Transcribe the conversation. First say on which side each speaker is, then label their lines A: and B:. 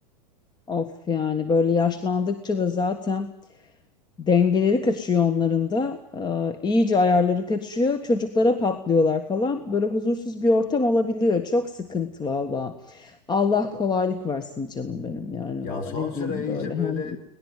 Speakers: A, on the left (about 20°); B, on the left (about 45°).
A: Of yani böyle yaşlandıkça da zaten dengeleri kaçıyor onların da. Ee, iyice ayarları kaçıyor. Çocuklara patlıyorlar falan. Böyle huzursuz bir ortam olabiliyor. Çok sıkıntı valla. Allah kolaylık versin canım benim yani
B: Ya
A: valla
B: son
A: ne
B: sıra
A: diyeyim
B: iyice
A: böyle hem
B: böyle